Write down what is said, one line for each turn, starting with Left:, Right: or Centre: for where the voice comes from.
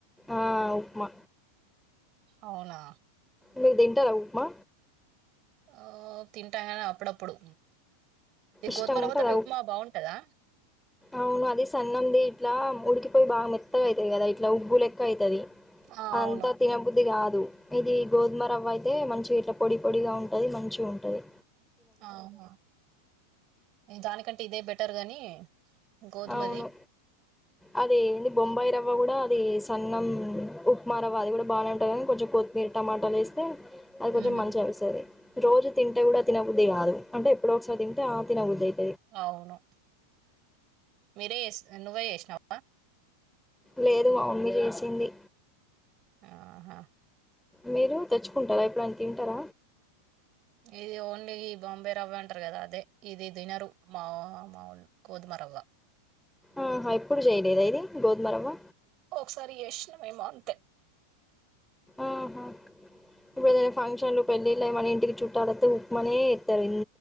Centre: ఆ ఉప్మ
Right: అవునా
Centre: మీరు తింటార ఉప్మా
Right: ఆ తింటా గాని అప్పుడప్పుడు ఇది
Centre: ఇష్టం
Right: గోధుమరవ్వతోటి
Centre: ఉంటదా
Right: ఉప్మా బాగుంటదా
Centre: అవును అది సన్నంది ఇట్ల ఉడికిపోయి బాగా మెత్తగా అయితది కదా ఇట్లా ఉగ్గులేక్ గయితది
Right: ఆ
Centre: అదంతా
Right: అవును
Centre: తినబుద్ది కాదు ఇది గోధుమ రవ్వ అయితే మంచిగా ఇట్లా పొడి పొడిగా ఉంటది మంచి గుంటది
Right: ఆహ ఇద్ దానికంట్ ఇదే బెటర్ గాని గోధుమది
Centre: అవును అదీ అది బొంబయి రవ్వ కూడ అది సన్నం ఉప్మా రవ్వ అది కూడా బాగానే ఉంటుంది కానీ కొంచెం కొత్తిమీర్ టమాటాలు వేస్తే అది తోటి
Right: ఉమ్,
Centre: మంచిగా అనిపిస్తుంది రోజు తింటే కూడ తినబుద్ది కాదు అంటే ఎప్పుడో ఒకసారి తింటే ఆ తినొద్ద్దది
Right: అవును మీరే చేస్ నువ్వే చేసినావ
Centre: లేదు మా మమ్మీ ఏసింది
Right: ఆహ
Centre: మీరు తెచ్చుకుంటరా ఎప్పుడయిన తింటార
Right: ఇది ఓన్లీ బొంబే రవ్వ అంటరు కదా అదే ఇది తినరు మా మాలు గోధుమ రవ్వ
Centre: ఆహ ఎప్పుడు చేయలేద ఇది గోధమరవ్వ
Right: ఒకసారి చేసినం మేము అంతే
Centre: ఆహ ఇప్పుడు ఏదైనా ఫంక్షన్లు పెళ్ళిళ్ళ మన ఇంటికి చుట్టాలొసై ఉప్మానే ఎస్తారు